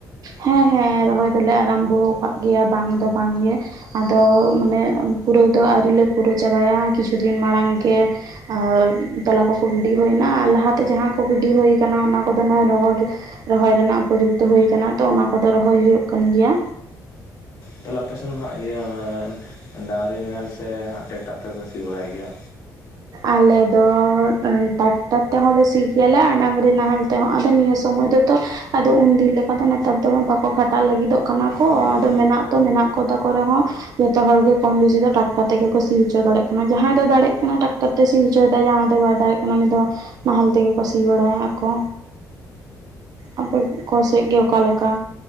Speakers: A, on the right; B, on the left.
A: ᱦᱮᱸ ᱦᱮᱸ ᱨᱚᱦᱚᱭ ᱫᱚᱞᱮ ᱟᱨᱟᱢᱵᱚ ᱟᱠᱟᱫ ᱜᱮᱭᱟ᱾ ᱵᱟᱝ ᱫᱚ ᱵᱟᱝ ᱜᱮ᱾ ᱟᱫᱚ ᱢᱟᱱᱮ ᱯᱩᱨᱟᱹᱣ ᱫᱚ ᱟᱹᱣᱨᱤ ᱞᱮ ᱯᱩᱨᱟᱹᱣ ᱪᱟᱵᱟᱭᱟ᱾ ᱠᱤᱪᱷᱩ ᱫᱤᱱ ᱢᱟᱲᱟᱝ ᱜᱮ ᱼᱼ ᱟᱨ ᱛᱚᱞᱟ ᱠᱚᱠᱚ ᱜᱤᱰᱤ ᱦᱩᱭᱱᱟ᱾ ᱟᱨ ᱞᱟᱦᱟᱛᱮ ᱡᱟᱦᱟᱸ ᱠᱚ ᱜᱤᱰᱤ ᱦᱩᱭ ᱠᱟᱱᱟ, ᱚᱱᱟ ᱠᱚᱫᱚ ᱱᱟᱜ ᱨᱚᱦᱚᱲ ᱼᱼ ᱨᱚᱦᱚᱭ ᱨᱮᱱᱟᱜ ᱩᱯᱚᱡᱩᱠᱛᱚ ᱦᱩᱭ ᱠᱟᱱᱟ᱾ ᱛᱚ ᱚᱱᱟ ᱠᱚᱫᱚ ᱨᱚᱦᱚᱭ ᱦᱩᱭᱩᱜ ᱠᱟᱱ ᱜᱮᱭᱟ᱾
B: ᱛᱟᱦᱚᱞᱮ ᱟᱯᱮᱥᱮᱱ ᱫᱚ ᱦᱟᱸᱜ ᱤᱭᱟᱹ ᱰᱟᱹᱝᱨᱤ ᱱᱟᱦᱮᱞ, ᱥᱮ ᱦᱟᱸᱜ ᱴᱮᱠᱴᱟᱨ ᱛᱮᱯᱮ ᱥᱤ ᱵᱟᱲᱟᱭ ᱜᱮᱭᱟ?
A: ᱟᱞᱮ ᱫᱚ ᱴᱨᱟᱠᱴᱟᱨ ᱛᱮᱦᱚᱸᱞᱮ ᱥᱤ ᱜᱮᱭᱟᱞᱮ, ᱟᱨ ᱰᱟᱹᱝᱨᱤ ᱱᱟᱦᱮᱞ ᱼᱼ ᱛᱮᱦᱚᱸ᱾ ᱟᱫᱚ ᱱᱤᱭᱟᱹ ᱥᱚᱢᱚᱭ ᱫᱚᱛᱚ ᱼᱼ ᱟᱫᱚ ᱩᱱᱫᱤᱱ ᱞᱮᱠᱟ ᱫᱚ ᱱᱮᱛᱟᱨ ᱫᱚ ᱵᱟᱠᱚ ᱠᱷᱟᱴᱟᱜ ᱞᱟᱹᱜᱤᱫᱚᱜ ᱠᱟᱱᱟ ᱠᱚ᱾
B: ᱦᱳᱭ
A: ᱟᱫᱚ ᱢᱮᱱᱟᱜ ᱛᱚ ᱢᱮᱱᱟᱜ ᱠᱚ ᱛᱟᱠᱚ ᱨᱮᱦᱚᱸ ᱼᱼ ᱡᱷᱚᱛᱚ ᱦᱚᱲ ᱜᱮ ᱠᱚᱢ ᱵᱮᱥᱤ ᱫᱚ ᱴᱨᱟᱠᱴᱟᱨ ᱛᱮᱜᱮ ᱠᱚ ᱥᱤ ᱦᱚᱪᱚ ᱫᱟᱲᱮᱜ ᱠᱟᱱᱟ᱾ ᱡᱟᱦᱟᱸᱭ ᱫᱚ ᱫᱟᱲᱮᱜ ᱠᱟᱱᱟ ᱴᱨᱟᱠᱴᱟᱨ ᱼᱼ ᱛᱮ ᱥᱤ ᱦᱚᱪᱚᱭᱮᱫᱟ᱾ ᱡᱟᱦᱟᱸᱭ ᱫᱚ ᱵᱟᱭ ᱫᱟᱲᱮᱜ ᱠᱟᱱᱟ, ᱩᱱᱤ ᱫᱚ ᱱᱟᱦᱮᱞ ᱛᱮᱜᱮ ᱠᱚ ᱥᱤ ᱵᱟᱲᱟᱭ ᱟᱠᱚ᱾ ᱟᱯᱮ ᱠᱚ ᱥᱮᱫ ᱜᱮ ᱚᱠᱟ ᱞᱮᱠᱟ?